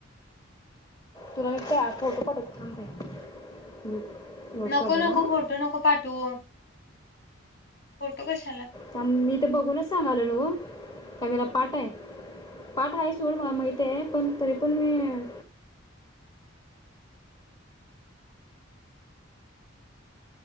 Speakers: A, on the left; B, on the left.
A: तुला मी का फोटो पाठवतो थांब बाई नोट
B: नको
A: काढलेला
B: नको
A: हां
B: फोटो नको पाठवू. फोटो कश
A: थांब मी तर बघूनच सांगालोय हॅलो काय मला पाठ आहे पाठ आहे सोड मला माहित आहे पण तरी पण मी